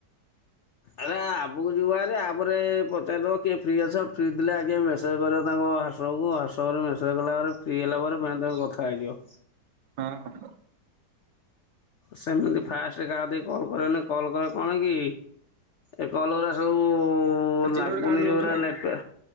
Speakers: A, on the left; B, on the right.
A: ଆରେ ଆପ୍ କୁ ଯିବ ହାରି ଆପ୍ ରେ ପଚାରିଦବ କିଏ ଫ୍ରି ଅଛ ଫ୍ରି ଥିଲେ ଆଗେ ମେସେଜ୍ କରିଅ ତାଙ୍କ ହ୍ୱାଟ୍ସଅପ୍ କୁ ହ୍ୱାଟ୍ସଅପ୍ ରେ ମେସେଜ୍ କଲା ପରେ ଫ୍ରି ହେଲା ପରେ ପେଣ ତାକୁ କଥା ହେଇଯିବ।
B: ହଁ ହଁ।
A: ସେମିତି ଫାଷ୍ଟେ କାହା କତିକି କଲ୍ କରିଅନେଇ କଲ୍ କଲେ କଣ କି ଏ କଲ୍ ଗୁରା ସବୁ
B: ହଁ ଜିରୋରେ
A: ଲାଗୁନି
B: କାଉଣ୍ଟ
A: ଯୋଉରା
B: ହଉଛି ନା।
A: ନେଟୱା